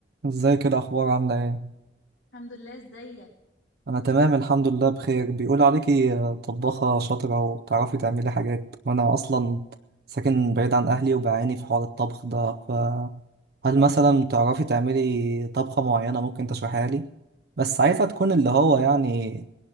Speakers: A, on the right; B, on the left.
A: ازيك إيه الاخبار عامله ايه
B: الحمد لله ازيك
A: انا تمام الحمد لله بخير بيقول عليكي طباخه شاطره وتعرفي تعملي حاجات وانا اصلا ساكن بعيد عن اهلي وبعاني في حوار الطبخ ده فهل مثلا تعرفي تعملي طبخه معينه ممكن تشرحيها لي بس عايزها تكون اللي هو يعني